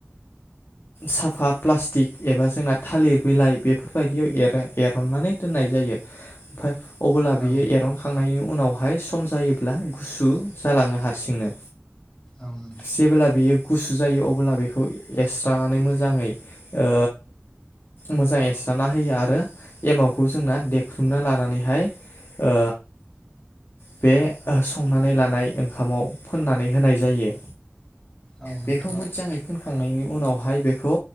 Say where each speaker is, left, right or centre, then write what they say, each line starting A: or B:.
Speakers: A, on the left; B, on the left.
A: साफा प्लास्टिक एबा जोंना थालिर बिलाइ बेफोरबायदियाव एरो एरननानै दोननाय जायो ओमफ्राय अब्ला
B: औ
A: बियो
B: नोंथां
A: एरनखांनायनि उनावहाय सु खम जायोब्ला गुसु जालाङो हारसिंनो।
B: औ नोंथां
A: जेबोला बेयो गुसु जायो अब्ला बेखौ एस्रनानै मोजाङै ओ मोजां एरस्रा होयो आरो एमावखौ जोंना देख्रुबना लानानैहाय ओ बे संनानै लानाय ओंखामाव फोननानै होनाय जायो।
B: औ नोंथां
A: बेखौ मोजांयै खांनायनि उनावहाय बेखौ